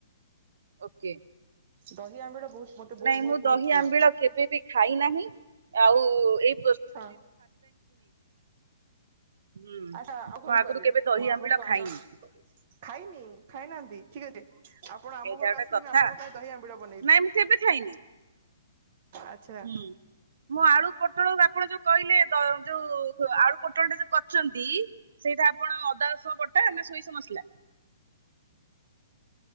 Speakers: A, on the right; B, on the right.
A: ଓକେ।
B: ଦହି ଆମ୍ବିଳ ବହୁତ ମତେ ବହୁତ
A: ନାଇଁ
B: ଵହୁତ
A: ମୁଁ ଦହି
B: ବହୁତ ପ୍ରିୟ।
A: ଆମ୍ବିଳ କେବେ ବି ଖାଇ ନାହିଁ ଆଉ ଏଇପ୍
B: ଛା
A: ହୁଁ
B: ଆଉ
A: ମୁଁ
B: ଘର
A: ଆଗରୁ
B: କରିବେ
A: କେବେ ଦହି
B: ମୁଁ ଆପଣଙ୍କୁ
A: ଆମ୍ବିଳ
B: ଆ
A: ଖାଇନି
B: ଖାଇନି ଖାଇନାହାନ୍ତି। ଠିକ ଅଛି। ଆପଣ ଆମ
A: ଏଇଟା
B: ଘରକୁ
A: ଗୋଟେ
B: ଆସିଲେ
A: କଥା
B: ମୁ ଆପଣଙ୍କ ପାଇଁ ଦହି ଆମ୍ବିଳ ବନେଇବି
A: ନାଇଁ ମୁଁ କେବେ ଖାଇନି।
B: ଆଛା।
A: ହୁଁ ମୁଁ ଆଳୁ ପୋଟଳ ଆପଣ ଯୋଉ କହିଲେ ଦ ଯୋଉ ଆଳୁ ପୋଟଳ ଟା ଯୋଉ କରୁଛନ୍ତି ସେଇଟା ଆପଣ ଅଦା ରସୁଣ ବଟା ନା ସୋରିଷ ମସଲା।